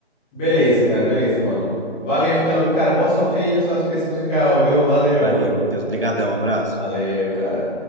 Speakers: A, in the centre; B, on the right (about 55°).
A: Beleza, cara, beleza, mano. Valeu então, viu, cara? Boa sorte aí na sua experiência musical, viu? <laughs> Valeu,
B: Valeu,
A: mano.
B: Matheus. Obrigadão, abraço.
A: Valeu, cara.